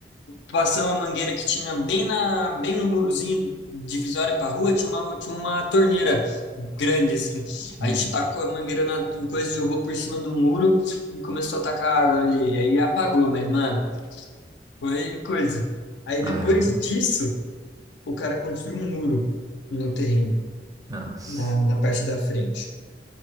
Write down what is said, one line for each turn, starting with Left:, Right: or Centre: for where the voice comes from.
Left: Passamos a mangueira que tinha bem, na, bem no murozinho divisória para rua, tinha uma, tinha uma torneira grande assim. A
Right: Hum.
Left: gente tacou a mangueira na coisa, jogou por cima do muro e começou a tacar água ali. Aí apagou, mas, mano, foi coisa. Aí
Right: Ai,
Left: depois
Right: mas-
Left: disso, o cara construiu um muro no terreno
Right: nossa.
Left: na, na parte da frente.